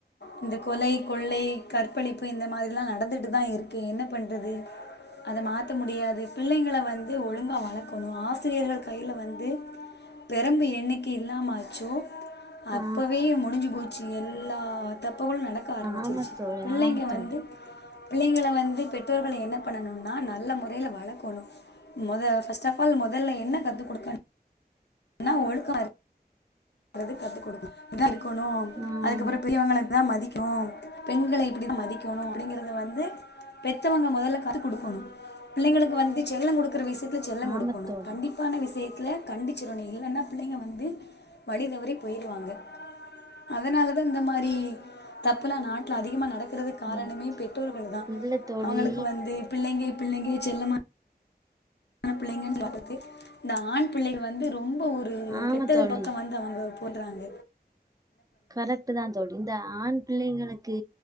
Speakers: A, on the left; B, on the right.
A: து இந்த கொலை கொள்ளை, கற்பழிப்பு இந்த மாதிரிலா நடந்துகிட்டு தா இருக்கு என்ன பண்ணுறது அத மாத்த முடியாது பிள்ளைங்கல வந்து ஒழுங்கா வளக்கணு ஆசிரியர்கள் கையில வந்து பெரம்பு என்னக்கி இல்லாம ஆச்சோ அப்பவே
B: ஆ
A: முடிஞ்சு போச் சு எல்லா தப்புகளு நடக்க ஆரம்பிச்சிருச்சி
B: ஆமா தோழி
A: பிள்ளைங்க
B: ஆமா
A: வந்து
B: தோழி
A: பிள்ளைங்கள வந்து பெற்றோர்கள் என்ன பண்ணணுன்னா நல்ல முறையில வளக்கணு மொத ஃபர்ஸ்ட் ஆப் ஆல் மொதல்ல என்ன கத்து குடுக்கனு ன்னா ஒழுக்க இருக்கணுன்றது கத்துகொடுக்கு இப்டிதா இருக்கணு
B: ம்
A: அதுக்கப்பறோ பெரியவங்களதா மதிக்கு பெண்கள இப்டிதா மதிக்கணு அப்டிங்கிறத வந்து பெத்தவங்க மொதல்ல கத்து குடுக்கணு பிள்ளைங்களுக்கு வந்து செல்லோ குடுக்கற விஷயத்துல செல்லங் குடுக்கணு
B: ஆமா தோழி
A: கண்டிப்பான விஷயத்துல கண்டிச்சிறனு இல்லன்னா பிள்ளைங்க வந்து வழி தவறி போயிருவாங்க அதனாலதா இந்த மாரி தப்புலா நாட்டுல அதிகமா நடக்குறதுக்கு காரணமே
B: ம்
A: பெற்றோர்கள் தா
B: இல்ல தோழி
A: அவங்களுக்கு வந்து பிள்ளைங்க பிள்ளைங்க செல்லமா ஆன பிள்ளைங்க சொல்லி வளத்து இந்த ஆண் பிள்ளைகள் வந்து ரொம்ப ஒரு
B: ஆமா
A: கெட்டது
B: தோழி
A: பக்கோ வந்து அவங்க போட்றாங்க
B: கரெக்ட் தான் தோழி இந்த ஆண் பிள்ளைங்களுக்கு